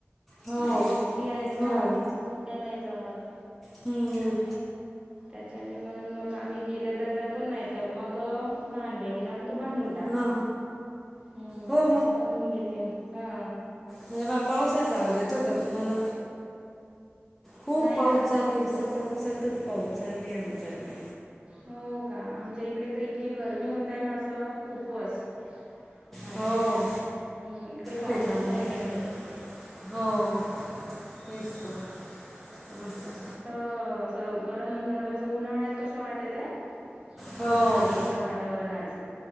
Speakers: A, in the centre; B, on the right.
A: हो
B: माझी
A: हो
B: मोठी आहेत
A: हो
B: ना, सुट्या नाही जमत.
A: हु.. हुं..
B: त्याच्याने म्हणून मग आम्ही गेलं तर जातो, नाहीतर मग लहान बहिणीला म्हणतो बांधून टाक.
A: हां
B: हं..
A: हो
B: ती बांधून देते हा.
A: हे पहा पावसाचा आवाज येतोय का तुम्हाला? खूप
B: नाही
A: पाऊस
B: ना.
A: चालूय, सतत सतत पाऊस चालूय आमच्याकडे.
B: हो का, आमच्या इकडे तर इतकी गरमी होतंय ना असं खूपस, हाच
A: हो
B: हम् इकडे पाऊसच
A: त्याच्यामुळे
B: नाही आहे.
A: हो, <unintelligible>
B: स्त असं, गरम गरम असं उन्हाळ्यात कसं वाटतंय
A: हो
B: तसं आहे. त्र वातावरण आज